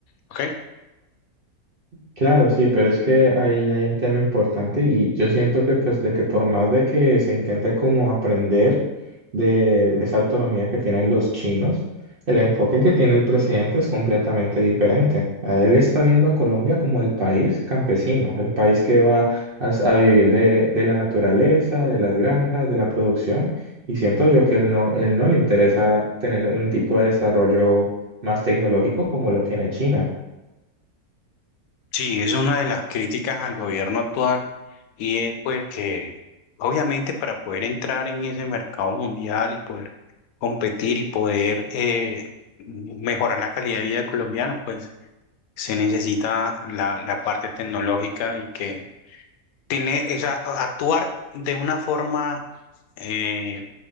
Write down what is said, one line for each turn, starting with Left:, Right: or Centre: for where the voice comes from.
Left: ¿Ok?
Right: Claro, sí, pero es que ahí hay un tema importante y yo siento que pues de que por más de que se intente como aprender de esa autonomía que tienen los chinos, el enfoque que tiene el presidente es completamente diferente. A Él está viendo a Colombia como el país campesino, el país que va a, s- a vivir de, de la naturaleza, de las granjas, de la producción y siento yo que él no, él no le interesa tener un tipo de desarrollo más tecnológico como lo tiene China.
Left: Sí, es una de las críticas al gobierno actual y es pues que obviamente para poder entrar en ese mercado mundial y poder competir y poder eh, mejorar la calidad de vida de colombianos, pues se necesita la, la parte tecnológica y que tener esa, actuar de una forma eh,